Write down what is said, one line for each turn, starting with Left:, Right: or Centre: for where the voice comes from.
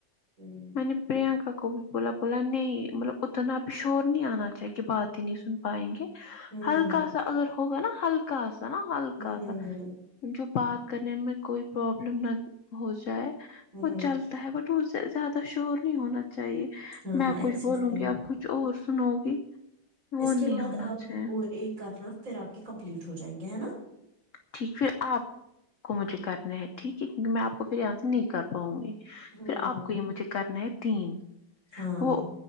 Right: ہوں
Left: میں نے پرینکا کو بھی بولا بولا نہیں مطلب اتنا بھی شور نہیں آنا چاہیے کہ بات ہی نہیں سن پائیں گے
Right: ہوں
Left: ہلکا
Right: ہوں
Left: سا اگر ہوگا نا ہلکا سا نا ہلکا
Right: ہوں ہوں
Left: سا
Right: ہوں
Left: جو بات کرنے میں کوئی پرابلم نہ ہو جائے
Right: ہوں
Left: وہ
Right: ہوں
Left: چلتا ہے بٹ تو زیادہ شور نہیں ہونا چاہیے
Right: ہاں
Left: میں
Right: ایکسس
Left: کچھ بولوں
Right: نہیں
Left: گی
Right: ہو
Left: آپ کچھ اور سنو گی وہ
Right: اس کے
Left: نہیں
Right: بعد
Left: ہونا
Right: آپ
Left: چاہے
Right: اور ایک کرنا پھر آپ کے کمپلیٹ ہو جائیں گے ہے نا
Left: ٹھیک ہے پھر آپ کو مجھے کرنا ہے ٹھیک ہے کی میں آپ کو پھر یہاں سے نہیں کر پاؤں گی
Right: ہوں
Left: پھر
Right: ہوں
Left: آپ
Right: ہوں
Left: کو یہ مجھے کرنا ہے تین
Right: ہاں
Left: وہ